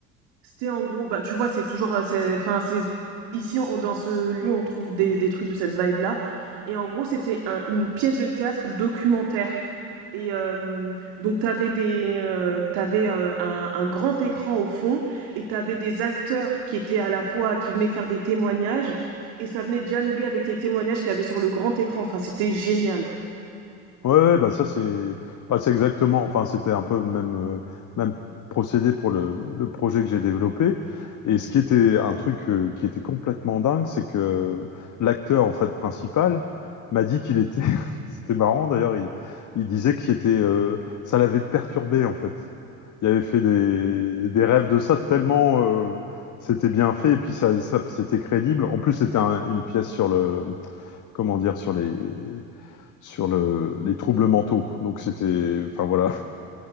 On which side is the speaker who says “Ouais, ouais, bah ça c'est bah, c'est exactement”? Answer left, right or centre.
Left